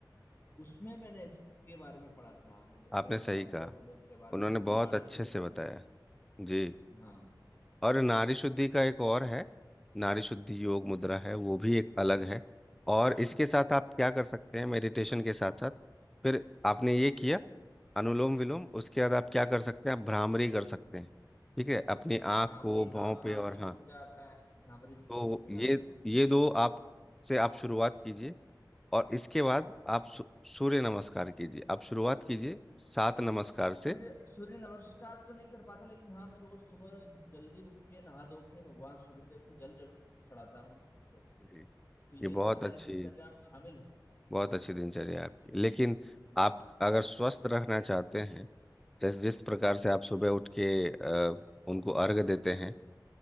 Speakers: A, on the left; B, in the centre.
A: उसमें मैंने इसके बारे में पढ़ा था अनुलो, अ,
B: आपने सही
A: अनुलोम
B: कहा
A: विलोम के बारे
B: उन्होंने
A: में जिसमें
B: बहुत
A: नाड़ी
B: अच्छे
A: शुद्ध करने
B: से बताया
A: के लिए
B: जी
A: हाँ
B: और नारी शुद्धि का एक और है नारी शुद्धि योग मुद्रा है वो भी एक अलग है और इसके साथ आप क्या कर सकते हैं मेडिटेशन के साथ साथ फिर आपने ये किया अनुलोम विलोम उसके बाद आप क्या कर सकते हैं आप भ्रामरी कर सकते हैं ठीक है अपनी आँख
A: भ्रामरी
B: को भौं
A: हाँ भ्रामरी
B: पे और हाँ
A: भी मुझे आता है भ्रामरी भी मुझे
B: तो
A: अच्छी तरह
B: ये
A: आता है
B: ये दो आप से आप शुरुआत कीजिए और इसके बाद आप सू- सूर्य नमस्कार कीजिए आप शुरुआत कीजिए सात नमस्कार
A: सूर्य
B: से
A: सूर्य नमस्कार तो नहीं कर पाता लेकिन हाँ मैं रोज सुबह जल्दी उठ के नहा धो के भगवान सूर्यदेव को जल जरूर चढ़ाता हूँ को
B: जी।
A: तो ये
B: ये बहुत
A: तो हमारी
B: अच्छी
A: दिनचर्या में शामिल है
B: बहुत अच्छी दिनचर्या है आपकी लेकिन आप अगर स्वस्थ रहना चाहते हैं जैसे जिस प्रकार से आप सुबह उठ के अ, उनको अर्घ देते हैं